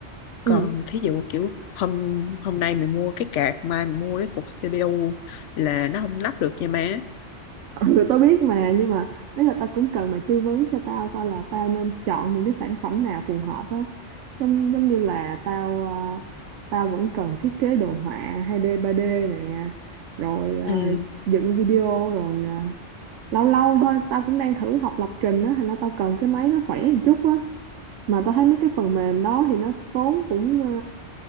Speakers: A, on the right; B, on the left.
A: Ừ.
B: còn thí dụ kiểu hôm hôm nay mày mua cái card mai mày mua cái cục CPU là nó không lắp được nha má
A: Ừ, <laughs> tao biết mà nhưng mà ý là tao cũng cần mày tư vấn cho tao coi là tao nên chọn những cái sản phẩm nào phù hợp á giống giống như là tao à, tao vẫn cần thiết kế đồ họa 2D 3D nè rồi à,
B: ừ
A: dựng video rồi à, lâu lâu thôi tao cũng đang thử học lập trình á thành ra tao cần cái máy nó khỏe một chút á mà tao thấy mấy cái phần mềm đó thì nó tốn cũng ờ,